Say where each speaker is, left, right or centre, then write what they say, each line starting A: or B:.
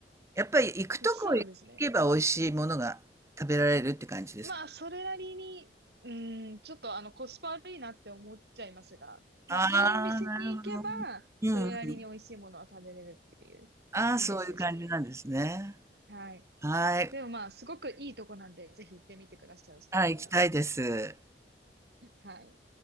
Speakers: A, on the right; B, on the right.
A: やっぱり行くとこ行けば美味しいものが食べられるって感じですか
B: そうですね。まあ、それなりに、うん、ちょっとあの、コスパ悪いなって思っちゃいますが、
A: あ
B: まあ、いいお店に行けば、
A: あ、なるほど。うんうん。
B: それなりに美味しいものは食べれるっていうイメージですかね。
A: ああ、そういう感じなんですね。
B: はい。
A: はい。
B: でもまあ、すごくいいとこなんで、ぜひ行ってみてください、オーストラリア。
A: はい、行きたいです。
B: はい。